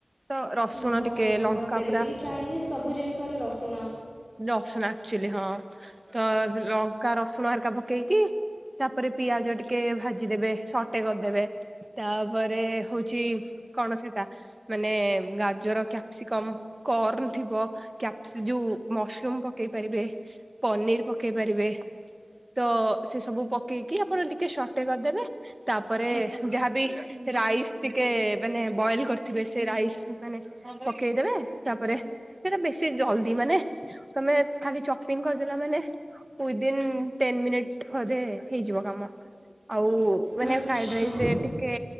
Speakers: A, on the right (about 35°); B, in the centre.
A: ତ ରସୁଣ
B: ହଁ
A: ଟିକେ,
B: ହଁ
A: ଲଙ୍କା
B: ମୋତେ ବି
A: ପୁରା
B: ଟିକେ ଚାଇନିଜ୍ ସବୁ ଜିନିଷରେ ରସୁଣ
A: ରସୁଣ ଆକ୍ଚୁଆଲି, ହଁ। ତ ଲଙ୍କା, ରସୁଣ ହାଲକା ପକେଇକି ତାପରେ ପିଆଜ ଟିକେ ଭାଜିଦେବେ, ସଟେ କରିଦେବେ। ତାପରେ ହଉଛି, କଣ ସେଟା? ମାନେ ଗାଜର, କ୍ୟାପ୍ସିକମ, କର୍ନ ଥିବ, କ୍ୟାପସ ଯୋଉ ମସରୁମ୍ ପକେଇ ପାରିବେ, ପନିର୍ ପକେଇ ପାରିବେ। ତ ସେ ସବୁ ପକେଇକି ଆପଣ ଟିକେ ସଟେ କରିଦେବେ। ତାପରେ ଯାହାବି ରାଇସ୍ ଟିକେ, ମାନେ ବଏଲ୍‌ କରିଥିବେ, ସେ ରାଇସ୍ ମାନେ ପକେଇଦେବେ, ତାପରେ ସେଟା ବେଶୀ ଜଲଦି, ମାନେ ତମେ ଖାଲି ଚପିଂ କରିଦେଲା, ମାନେ ୱ୍ୱିଦିନ ଟେନ ମିନିଟ ବୋଧେ ହେଇଯିବ କାମ। ଆଉ ମାନେ
B: ଆଚ୍ଛା
A: ଫ୍ରାଇଡ୍‌ ରାଇସ୍‌ ରେ ଟିକେ